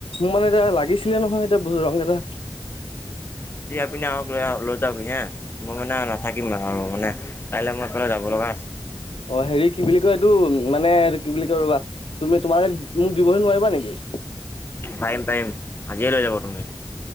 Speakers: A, on the left; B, on the left.
A: মানে এতিয়া লাগিছিলে নহয় এতিয়া ৰং কেইটা
B: এপিনে আকহক লৈ লৈ যাবি হে মই মানে নাথাকিম আৰু মানে কাইলৈ মই এফালে যাব লগা আছে
A: অ হেৰি কি বুলি কয় এইটো মানে কি বুলি কয় ৰবা তুমি তোমাৰ মোক দিবলে নোৱাৰিবা নেকি?
B: পাৰিম পাৰিম আজিয়ে লৈ যাব তুমি